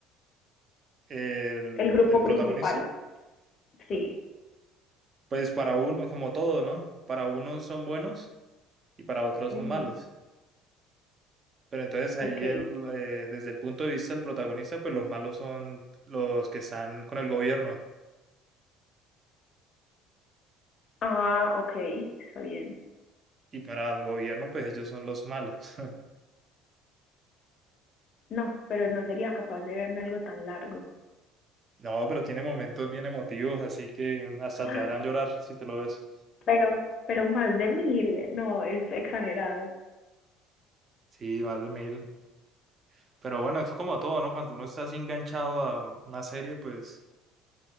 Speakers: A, on the right; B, on the left.
A: ¿El,
B: el grupo
A: el
B: principal,
A: protagonista?
B: sí.
A: Pues para uno, como todo, ¿no? Para unos son buenos y para otros
B: Ujú,
A: son malos. Pero entonces ahí
B: Ok,
A: el, eh, desde el punto de vista del protagonista, pues los malos son los que están con el gobierno
B: ah, ok, está bien.
A: y para el gobierno, pues ellos son los malos. <laughs>
B: No, pero no sería capaz de verme algo tan largo.
A: No, pero tiene momentos bien emotivos, así que hasta
B: <gasps> Ah,
A: te harán llorar si te lo ves.
B: Pero, pero más de mil, no, es exagerado.
A: Sí, más de mil. Pero bueno, es como todo, ¿no? Cuando uno está así enganchado a una serie, pues